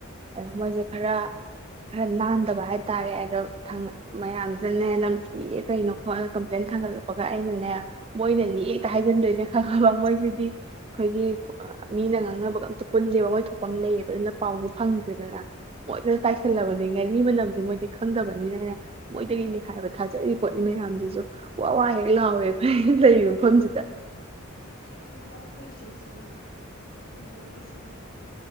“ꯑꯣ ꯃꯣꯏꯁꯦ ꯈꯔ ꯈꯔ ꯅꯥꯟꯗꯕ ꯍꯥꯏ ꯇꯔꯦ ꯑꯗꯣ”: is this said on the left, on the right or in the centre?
Right